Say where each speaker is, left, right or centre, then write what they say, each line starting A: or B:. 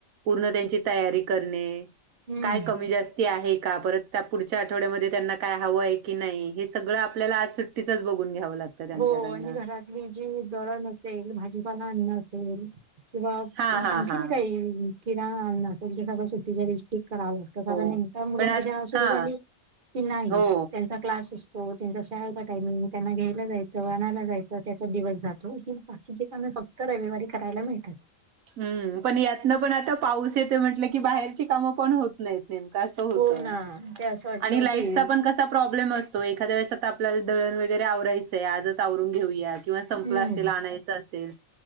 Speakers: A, on the right; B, on the right.
A: पुर्ण त्यांची तयारी करणे,
B: हम्म.
A: काय कमी जास्ती आहे का? परत त्यपुढच्या आठवड्यामध्ये त्यांना काय हवंय की नाई, हे सगळं आपल्याला आज सुट सुट्टीचाच बघून घ्यावं लागतं त्यांच्याकडनं
B: हो आणि घरातली जी दळण असेल, भाजीपाला आणन असेल. किंवा
A: हा हा
B: आणखीन
A: हा
B: काहि, किराना आणनं असेन ते सगळं सुट्टीच्या दिवशी करावं लाग त कारण
A: हो
B: एकदा मुलांची
A: पण आ
B: शाळा सुरू
A: हा
B: झाली, की नाही
A: हो
B: त्यांचा क्लास असतो. त्यांचा शाळेचा टायमिंग म त्यांना घे- -यला जायचं आणायला जायचं, त्याच्यात दिवस जातो. ही बाकीची कामे फक्त रविवारी करायला मिळतात मिळतात.
A: हम्म पण यातनं पण आता पाऊस येतोय म्हटलं की, बाहेरची कामं पण होत नाईत. नेमकं असं होतं
B: हो ना ते असं वाटतं
A: आणि लाईटचा
B: की
A: पण कसा प्रॉब्लेम अस- तो एखादया वेळेस आता आपल्याला दळण वगैरे आवरायचंय आजच आवरून घेऊयात किंवा संपलं
B: हम्म
A: असेल, आणायचं असेल